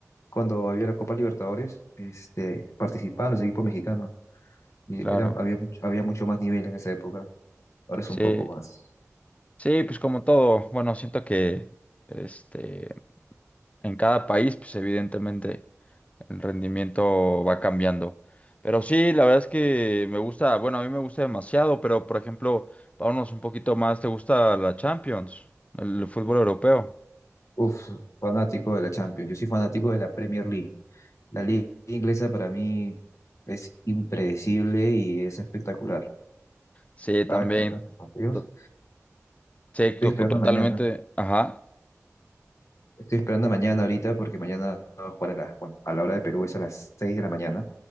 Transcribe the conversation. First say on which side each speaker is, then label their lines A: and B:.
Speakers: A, on the left; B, on the left.
A: cuando había la Copa Libertadores, este, participaban los equipos mexicanos y
B: claro.
A: era, había mucho, había mucho más nivel en esa época. Ahora es
B: Sí,
A: un poco más.
B: sí, pues como todo, bueno, siento que este, en cada país, pues evidentemente. el rendimiento va cambiando. Pero sí, la verdad es que me gusta, bueno, a mí me gusta demasiado, pero por ejemplo, vámonos un poquito más, ¿te gusta la Champions, el fútbol europeo?
A: Uf, fanático de la Champions. Yo soy fanático de la Premier League. La liga inglesa para mí es impredecible y es espectacular.
B: Sí,
A: Cada
B: también,
A: que ganan los partidos.
B: to- sí,
A: Estoy
B: to-
A: esperando
B: totalmente,
A: mañana.
B: ajá.
A: Estoy esperando mañana ahorita porque mañana va a jugar a la, bueno, a la hora de Perú es a las 6 de la mañana.